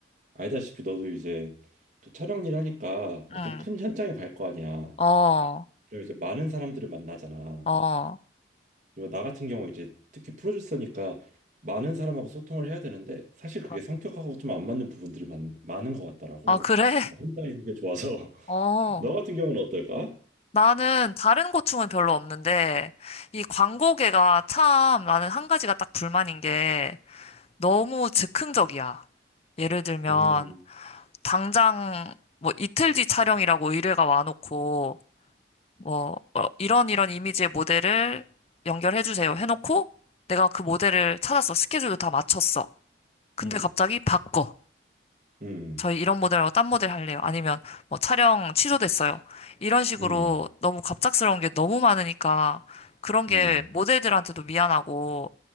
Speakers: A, on the right; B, on the left.
A: 알다시피 너도 이제 그 촬영 일 하니까 어떤
B: 응.
A: 큰 현장에 갈 거 아니야.
B: 어,
A: 그리고 이제 많은 사람들을 만나잖아.
B: 어.
A: 그리고 나 같은 경우 이제 특히 프로듀서니까 많은 사람하고 소통을 해야 되는데 사실 그게
B: 그
A: 성격하고 좀 안 맞는 부분들이 많, 많은 것 같더라고.
B: 아, 그래? <laughs>
A: 나는 혼자 있는 게 좋아서.
B: 어.
A: <laughs> 너 같은 경우는 어떨까?
B: 나는 다른 고충은 별로 없는데, 이 광고계가 참 나는 한 가지가 딱 불만인 게 너무 즉흥적이야. 예를 들면,
A: 음,
B: 당장 뭐 이틀 뒤 촬영이라고 의뢰가 와놓고, 뭐, 어, 이런 이런 이미지의 모델을 연결해주세요 해놓고, 내가 그 모델을 찾았어. 스케줄도 다 맞췄어. 근데
A: 음,
B: 갑자기 바꿔.
A: 음,
B: 저희 이런 모델 말고 딴 모델 할래요. 아니면 뭐 촬영 취소됐어요. 이런 식으로
A: 음,
B: 너무 갑작스러운 게 너무 많으니까 그런 게
A: 음,
B: 모델들한테도 미안하고